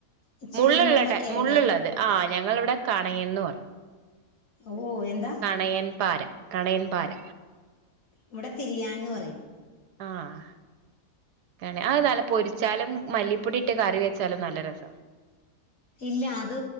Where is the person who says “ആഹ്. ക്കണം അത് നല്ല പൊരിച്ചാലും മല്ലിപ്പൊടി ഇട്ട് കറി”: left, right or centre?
Right